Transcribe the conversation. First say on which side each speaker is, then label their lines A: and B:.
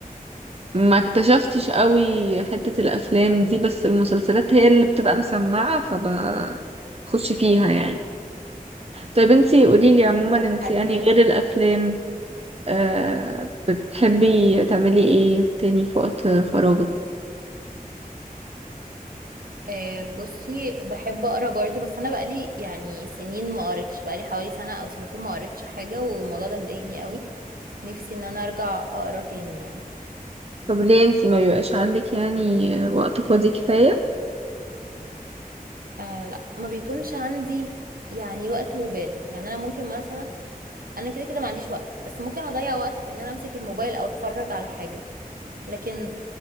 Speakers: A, on the right; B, on the right.
A: ما اكتشفتش قوي حتة الافلام دي بس المسلسلات هي اللي بتبقى مسمعة فبخش فيها يعني طيب انتي قوليلي عموما
B: دي
A: انتي
B: حاجة
A: يعني غير الافلام أه بتحبي تعملي ايه تاني في وقت فراغك
B: آه، بصي بحب اقرا برضه بس انا بقالي يعني سنين ما قريتش بقالي حوالي سنة او سنتين ما قريتش حاجة والموضوع ده مضايقني قوي نفسي ان انا ارجع اقرا تاني يعني
A: طب ليه انتي ما بيبقاش عندك يعني وقت فاضي كفاية
B: آه لا ما بيكونش عندي يعني وقت وبال يعني انا ممكن مثلا انا كده كده ما عنديش وقت بس ممكن اضيع وقت في ان انا امسك الموبايل او اتفرج على حاجة لكن